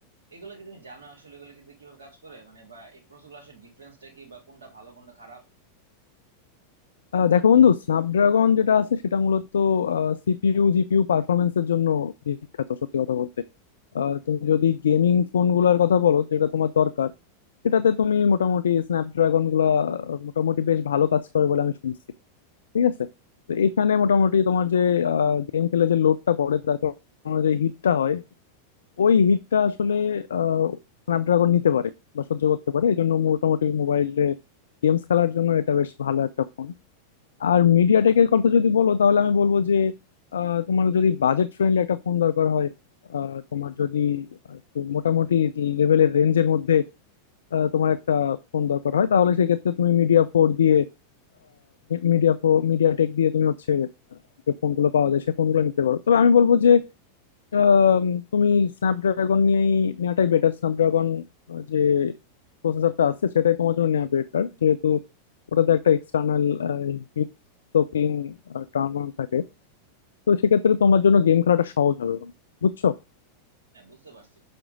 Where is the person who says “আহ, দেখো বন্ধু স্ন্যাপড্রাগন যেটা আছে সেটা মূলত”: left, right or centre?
Left